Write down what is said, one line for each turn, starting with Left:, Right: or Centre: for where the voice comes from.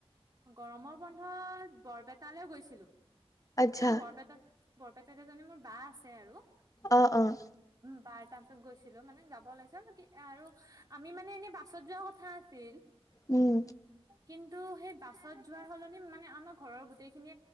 Right: গৰমৰ বন্ধত বৰপেটালৈ গৈছিলো। মানে
Left: আচ্ছা
Right: বৰপেটা বৰপেটাত এজনী মোৰ বা আছে আৰু।
Left: অ', অঁ।
Right: বা তাৰ ওচৰত গৈছিলো মানে, যাব ওলাইছোঁ কি আৰু আমি মানে এনে বাছত যোৱা কথা আছিল।
Left: উম,
Right: কিন্তু সেই বাছত যোৱাৰ সলনি মানে আমাৰ ঘৰৰ গোটেইখিনি